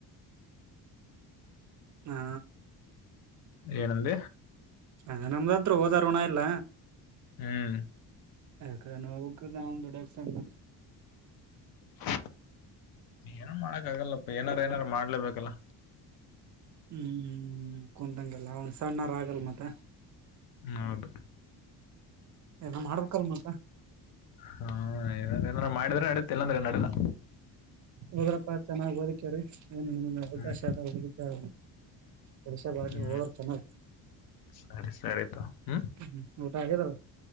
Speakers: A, on the right (about 45°); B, on the left (about 60°).
A: ಹಾ
B: ಏನಂದ
A: ಅದೇ ನಮ್ದತ್ರು ಹೋದಾರೋಣ ಇಲ್ಲ.
B: ಹ್ಮ್
A: ಎಕಡೆ ನವುಗದಾ ಒಂದು ಸಂಗ
B: <inaudible> ಏನ್ನು ಮಾಡಕ್ಕಗಲ್ಲಪ್ಪ ಏನಾರು ನಾರು ಮಾಡ್ಲೇಬೇಕಲ್ಲ.
A: ಹ್ಮ್ ಕುಂತಂಗಲ್ಲ ಒಂದ ಸಾವಣ ಅವರ್ ಆಗಲ್ ಮತ್ತ
B: ಹ ಹೌದು
A: ಏನ ಮಾಡ್ಬೇಕಲ್ ಮತ್ತ
B: ಹಾ ಏನ ಏ್ರ ಮಾಡಿದ್ರೆ ನಡ ತಲಂದರೆ ನನ
A: ಹೋಗಡಪ್ಪಾ ಚೆನ್ನಾಗ್ ಓದಿಕ್ಯ್ರೀ ಏನ್ ನಮಗೆ ಅವಕಾಶ
B: ಹ್ಮ್
A: ಅದ ಹಕ್ಕೆ ಕೆಲಸ ಬ್ರಿ
B: ಹ್ಮ್
A: ಹೋದ್ರ ಚೆನ್ನಾಗಿ
B: ಸರಿ ಸರಿತ ಹ್ಮ್
A: ಹ್ಮ ಊಟ ಆಗದಲ್ಲ